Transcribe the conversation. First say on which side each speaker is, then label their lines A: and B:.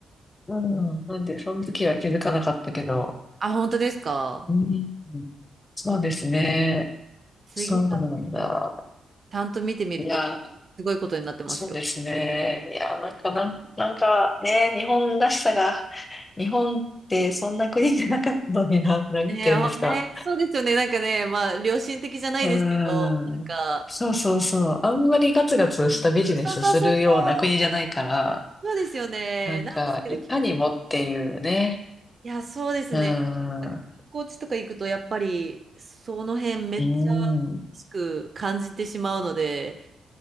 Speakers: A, on the left; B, on the right.
A: うん。なんで、その時は気づかなかったけど。
B: あ、本当ですか
A: うん。そうですね。
B: もう次食
A: そうなんだ。
B: ちゃんと見てみると、
A: いや、
B: すごいことになってますよ。
A: そうですね。いや、なんか、なん、なんかね、日本らしさが、日本ってそんな国じゃなかったのにな、<laughs> なんて言うんですか。
B: ねえ、ほねえ、そうですよね。なんかね、まあ、良心的じゃないですけど、
A: うー
B: なんか、
A: ん。そうそうそう。あんまりガツガツしたビジネスするような国じゃないから、
B: 人情そうそうそうそう、そうですよね。
A: なんか、
B: なんですけど、
A: いかにもっていうね。
B: 結構、いや、そうですね。
A: うーん。
B: なんか観光地とか行くと、
A: う
B: やっぱり、その辺めっちゃ、
A: ーん。
B: しく感じてしまうので、